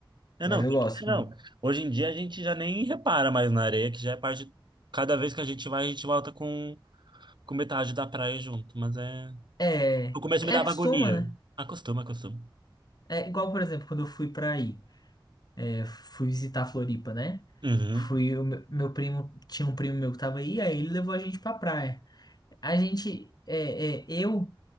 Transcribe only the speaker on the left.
Mas
eu
gosto.
mesmo.
É,
é
acostuma,
né?
É igual, por exemplo, quando eu fui pra aí, é, fui visitar a Floripa, né?
Fui, o meu, meu primo, tinha um primo meu que tava aí, aí ele levou a gente pra praia. A gente, é, é, eu,